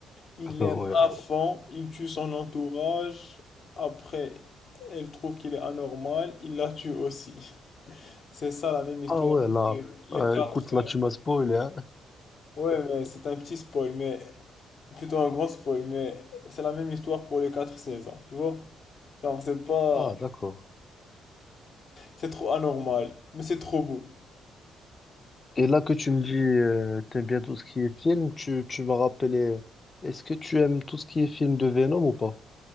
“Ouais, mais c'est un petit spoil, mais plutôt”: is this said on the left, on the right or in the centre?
Left